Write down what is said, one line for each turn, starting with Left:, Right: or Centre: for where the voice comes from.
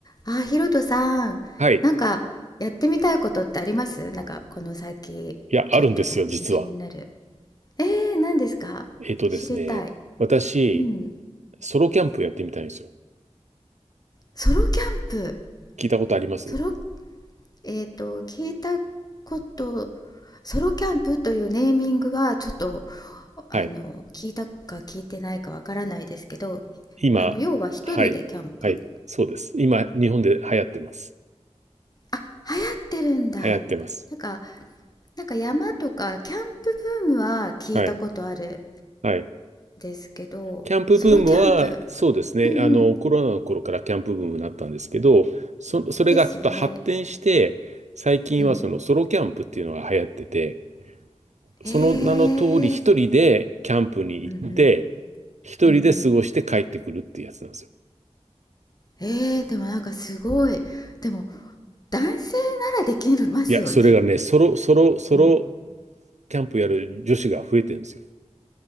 Left: あ、ひろとさん、
Right: はい。
Left: なんかやってみたいことってありますなんかこの先、
Right: いや、あるんですよ、
Left: ちょっと最近気になる。
Right: 実は。
Left: えー、何ですか知りたい。
Right: えっとですね、私、
Left: うん。
Right: ソロキャンプやってみたいんですよ。
Left: ソロキャンプ。
Right: 聞いたことあります
Left: ソロ、えっと、聞いたこと、ソロキャンプというネーミングはちょっと、あの、
Right: はい。
Left: 聞いたか聞いてないかわからないですけど、
Right: 今、
Left: あの、要は一人でキャンプ
Right: はい。はい。そうです。今、日本で流行ってます。
Left: あ、流行ってるんだ。な
Right: 流行ってます。
Left: んか、なんか山とかキャンプブームは聞いたことある。
Right: はい。はい。
Left: ですけど、
Right: キャンプブームは、
Left: ソロキャンプ、
Right: そうですね。
Left: うんうん、
Right: あの、コロナの頃からキャンプブームになったんですけど、そ、それがちょっと発展して、
Left: ですよね。
Right: 最近はそのソロキャンプっていうのが流行ってて、
Left: うん。
Right: その名の通り一人でキャンプに行って、
Left: へえ、うんうん、
Right: 一人で過ごして帰ってくるっていうやつなんですよ。
Left: うんうん。えー、でもなんかすごい。でも、男性ならできますよね。
Right: いや、それがね、ソロ、ソロ、ソロ
Left: うん。
Right: キャンプやる女子が増えてるんですよ。